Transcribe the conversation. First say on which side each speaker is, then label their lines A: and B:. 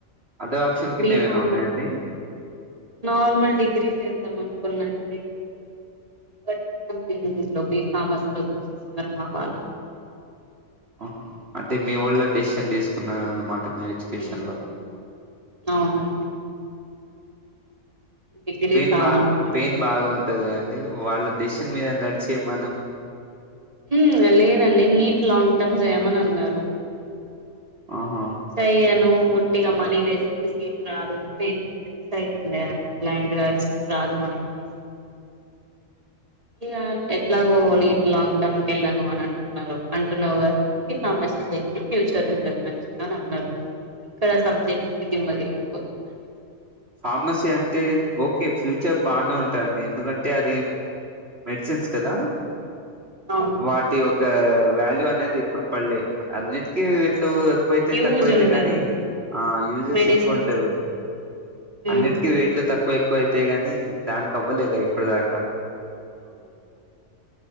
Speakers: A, on the right; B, on the right.
A: అదర్ ఆప్షన్ కింద
B: బి
A: ఏమైనా
B: ఫార్మ
A: ఉన్నాయండి
B: నార్మల్ డిగ్రీ <unintelligible> చూసిస్తున్నారు మా వాళ్ళు
A: హ అంటే మీ వాళ్ళ డెసిషన్ తీసుకున్న అన్నమాట మీ ఎడ్యుకేషన్
B: ఉమ్
A: లో
B: అవునండి డిగ్రీ
A: పెయిన్
B: చాలనుకున్నా
A: బా పెయిన్ బాగుంటది అండి <unintelligible> వాళ్ళ దేశం మీద నడిచే మనం
B: ఉ లేదండి నీట్ లాంగ్ టర్మ్ జేయమని అన్నారు
A: ఆహా
B: సెయ్యను వొట్టిగా మనీ వేస్టు సీటు రాదు అంటే ఈమే ఫిక్స్ అయంది అండి బ్లైండ్ గా సీట్ రాదు మనకు అనేసి ఇగ ఎట్లాగో నీట్ లాంగ్ టర్మ్ కెళ్ళను అని అంటున్నాడు అంటున్నావు గదా మీ ఫార్మసీ జెయ్యి ఫ్యూచర్ అంత మంచిగా అని అన్నారు ఇక్కడ సబ్జెక్ట్ కి దిమ్మ తిరిగిపోతుందండి
A: ఫార్మసీ అంటే ఓకే ఫ్యూచర్ బానే ఉంటాదండి ఎందుకంటే అది మెడిసిన్స్ కదా
B: అవునండి
A: వాటి ఒక వ్యా వాల్యూ అనేది ఎప్పుడు పల్లే అన్నిటికీ వెయిట్లు తక్కువైతే
B: యూజ్
A: తక్కువైతే
B: ఉంటది
A: కాని ఆ యూజెస్
B: మెడిసిన్స్
A: ఎక్కువ ఉంటాయ్
B: ఉమ్
A: అన్నిటికీ వెయిట్లు తక్కువ ఎక్కువ అవుతాయి గాని దానికి అవ్వలేగా ఇప్పటి దాకా
B: అవునా